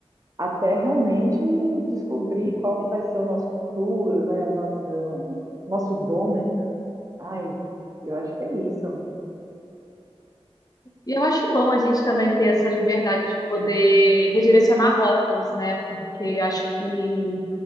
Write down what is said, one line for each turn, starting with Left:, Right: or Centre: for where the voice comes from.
Right: até realmente descobrir qual que vai ser o nosso futuro, né? Nossa, nosso dom, né? Ai, eu acho que é isso.
Left: E eu acho bom a gente também ter essa liberdade de poder redirecionar rotas, né? Porque acho que